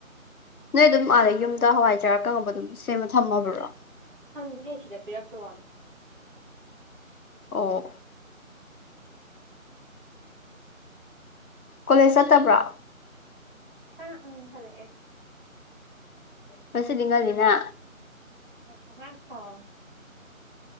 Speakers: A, on the left; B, on the right.
A: ꯅꯣꯏ ꯑꯗꯨꯝ ꯑꯥꯗ ꯌꯨꯝꯗ ꯍꯋꯥꯏꯖꯥꯔ ꯑꯀꯪꯕ ꯑꯗꯨꯝ ꯁꯦꯝꯃ ꯊꯝꯃꯕ꯭ꯔꯣ
B: ꯊꯝꯗꯦꯍꯦ ꯁꯤꯗ ꯄꯤꯔꯛꯄꯩ ꯋꯥꯅꯤ
A: ꯑꯣ ꯀꯣꯂꯦꯖ ꯆꯠꯇꯕ꯭ꯔꯣ
B: ꯍꯥ ꯎꯝ ꯍꯜꯂꯛ ꯑꯦ
A: ꯉꯁꯤꯗꯤ ꯉꯜꯂꯤꯅ
B: <unintelligible>